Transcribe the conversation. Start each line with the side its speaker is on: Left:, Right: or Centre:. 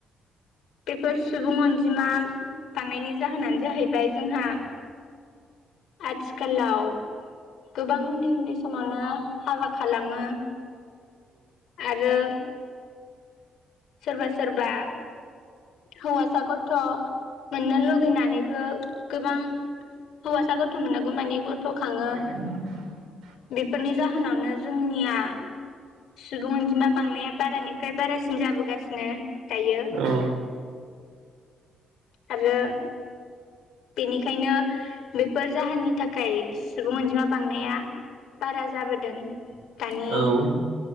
Left: बेफोर सुबुं अनजिमा बांनायनि जाहोनानो जाहैबाय जोंहा आथिखालाव। गोबां। उन्दै उन्दै समावनो हाबा खालामो आरो। सोरबा सोरबा। हौवासा गथ' मोननो लुगैनानैबो गोबां हौवासा गथ' मोननांगौ मानिे गथ।
Right: <inaudible>
Left: खाङो बेफोरनि जाहोनावनो जोंनिया। सुबुं अनजिमा बांनाया बारानिफ्राय बारासिन जाबोगासिनो दायो
Right: औ
Left: आरो बेनिखायनो बेफोर जाहोननि थाखाय सुबुं अनजिमा बांनाया बारा जाबोदों। दानि
Right: औ